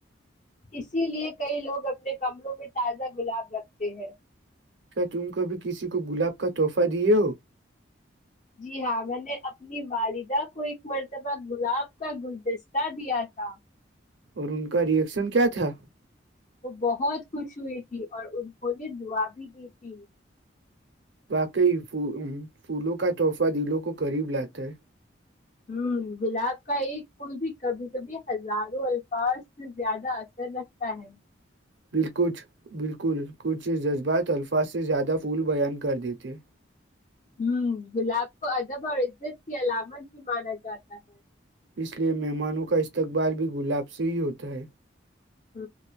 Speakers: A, on the left (about 40°); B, on the right (about 75°).
A: اسی لیے کئی لوگ اپنے کمروں میں تازہ گلاب رکھتے ہیں
B: کیا تم کبھی کسی کو گلاب کا تحفہ دیے ہو
A: جی ہاں میں نے اپنی والدہ کو ایک مرتبہ گلاب کا گلدستہ دیا تھا
B: اور ان کا ریئیکشن کیا تھا
A: وہ بہت خوش ہوئی تھی اور ان کووں نے دعا بھی دی تھی
B: واقی پھولوں کا تحفہ دلوں کو قریب لاتا ہے
A: ہ گلاب کا ایک پل بھی کبھی کبھی ہزاروں الفاظ سے زیادہ اثر رکھتا ہے
B: بالکچھ بالکل کچھ جذبات الفاظ سے زیادہ پھول بیان کر دییتے
A: ہ گلاب کو ادب اور عزت کی علامت بھی مانا جاتا ہے
B: اس لیے مہمانوں کا استقبال بھی گلاب سے ہی ہوتا ہے
A: ہ